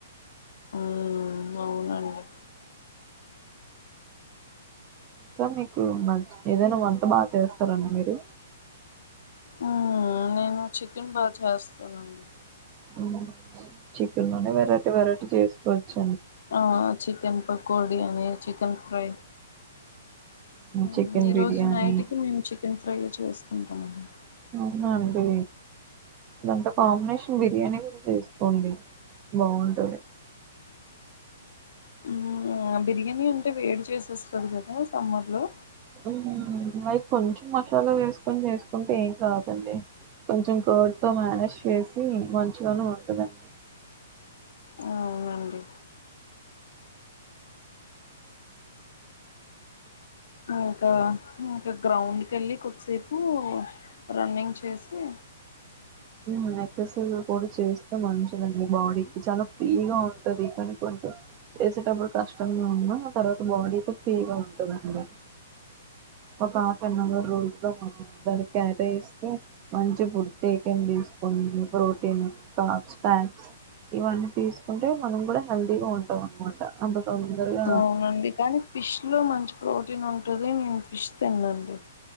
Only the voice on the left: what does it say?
ఉమ్ అవునండి.
ఉమ్ నేను. చికెన్ బాచేస్ తనండి.
ఆ చికెన్. పకోడి అని చికెన్ ఫ్రై. ఉమ్
ఈ
రోజు నైట్ కి మేము చిక్ చికెన్ ఫ్రై చేసుకుంటమండి.
ఉం అ బిర్యానీ. అంటే వేడి చేసేస్తది కదా తమ్ముర్లు.
అ అవునండి ఇంకా ఇంకా గ్రౌండ్కి వెళ్ళి కొద్దిసేపు రన్నింగ్ చేసి
అవునండి కానీ ఫిష్ లో మంచి ప్రోటీన్ ఉంటది నేను ఫిష్ తిననండి